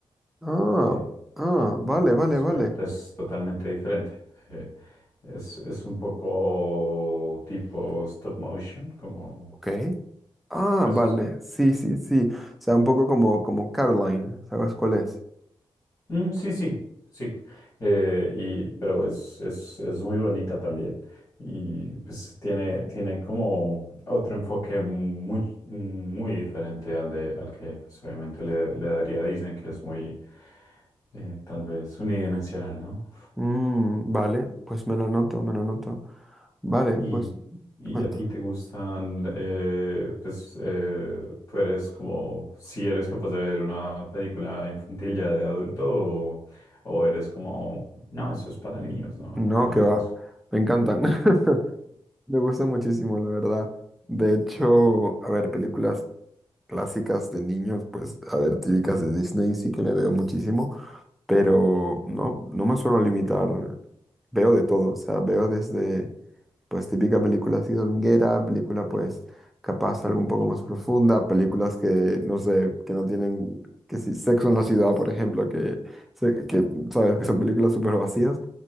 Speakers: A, in the centre; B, on the left.
A: Ah,
B: Eh,
A: ah, vale,
B: eh,
A: vale,
B: pues
A: vale.
B: obviamente es totalmente diferente. Eh, es, es un poco tipo stop motion, como
A: Ok. Ah,
B: pues
A: vale, sí, sí, sí. O sea, un poco como, como Caroline, ¿sabes cuál es?
B: Mm, sí, sí, sí. Eh, y, pero es, es, es muy bonita también. Y pues tiene, tiene como otro enfoque muy, muy diferente al de, al que pues, obviamente le, le daría a Disney, que es muy eh, tal vez unidimensional, ¿no?
A: Mm, vale, pues me lo anoto, me lo anoto. Vale,
B: Y,
A: pues
B: y
A: cuéntame.
B: a ti te gustan, eh, pues eh, tú eres como, si eres capaz de ver una película infantil ya de adulto o, o eres como, no, eso es para niños, no,
A: No,
B: no voy
A: que
B: a ver
A: va,
B: eso.
A: me encantan. <laughs> Me gusta muchísimo, la verdad. De hecho, a ver, películas clásicas de niños, pues, a ver, típicas de Disney, sí que me veo muchísimo. pero no, no me suelo limitar. Veo de todo, o sea, veo desde, pues, típica película así dominguera, película, pues, capaz algo un poco más profunda, películas que, no sé, que no tienen, que si Sexo en la Ciudad, por ejemplo, que, se- que sabes, que son películas súper vacías,